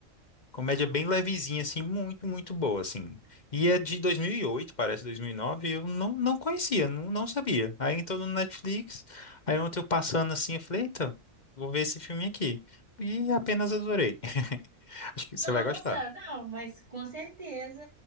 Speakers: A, on the left; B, on the right.
A: Comédia bem levezinha, assim, muito, muito boa, assim. E é de dois mil e oito parece 2009, e nove, e eu não, não conhecia, não, não sabia. Aí entrou no Netflix, aí ontem eu passando assim, eu falei, eita, vou ver esse filme aqui. E apenas adorei. <laughs> Acho que você
B: Nossa,
A: vai gostar.
B: não, mas com certeza